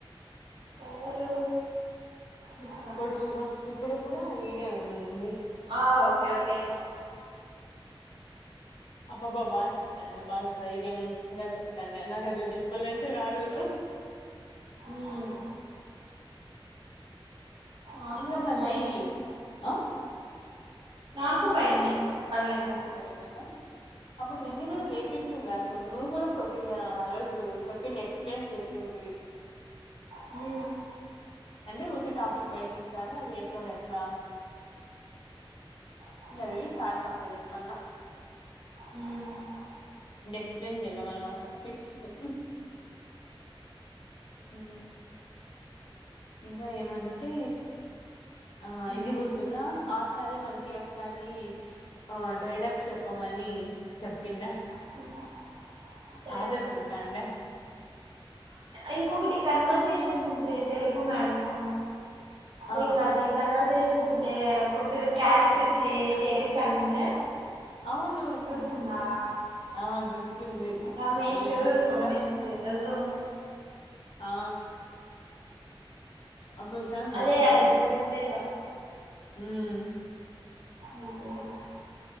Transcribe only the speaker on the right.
ఎవరు ముస్కాన్
ఆ ఓకే ఓకే
మ్మ్ నాకు
ఉంది
భయం
నాకు భయమే
చెప్పాలంటే
ఉమ్.
హు
హ్మ్
హ్మ్
హ్మ్
హ్మ్. డైలాగ్స్
ఇంకొకటి కన్వర్సేషన్స్ ఉండే తెలుగు మేడము
లైక్ అది కన్వర్జేషన్ అంటే ఒకక్కరి క్యారెక్టర్ ఇచ్చి చేపిస్తంది ఇనలే
గుర్తుందా
రమేష్
సోమేష్ అది ఎదేదో
అదే అదొకటి ఉండేదా
అజేగి